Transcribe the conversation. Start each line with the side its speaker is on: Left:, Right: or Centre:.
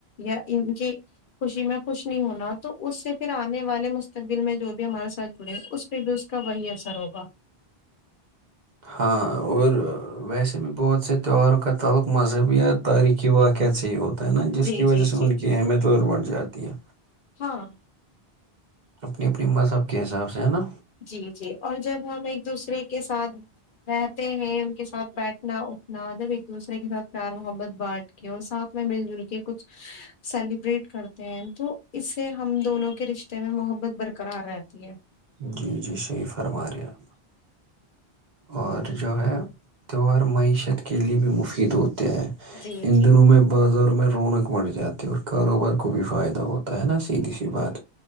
Left: یا ان کی خوشی میں خوش نہیں ہونا تو اس سے پھر آنے والے مستقبل میں جو بھی ہمارےاتھ جڑے ہیں اس پہ بھی اس کا وہی اثر ہوگا
Right: ہاں اور ویسے بھی بہت سے تیوہاروں کا تعلق مذہبی یا تاریخی واقعہ سے ہی ہوتا ہے ہوتا ہے نا جس
Left: جی
Right: کی وجہ
Left: جی
Right: سے
Left: جی
Right: ان کی اہمیت اور بڑھ جاتی ہے
Left: ہاں
Right: اپنی اپنی مذہب کے حساب سے ہے نا
Left: جی جی اور جب ہم ایک دوسرے کے ساتھ رہتے ہیں ان کے ساتھ بیٹھنا اٹھنا جب ایک دوسرے کے ساتھ پیار محبت بانٹ کے اور ساتھ میں مل جل کے کچھ سیلیبریٹ کرتے ہیں تو اس سے ہم دونوں کے رشتے میں محبت برقرار رہتی ہے
Right: جی جی صحیح فرما رہے آپ اور جو ہے تیوہار معیشت کے لیے بھی مفید ہوتا
Left: جی
Right: ان
Left: جی
Right: دنوں میں بازاروں میں رونق بڑھ جاتی ہے اور کاروبار کو بھی فائدہ ہوتا ہے نا سیدھی سی بات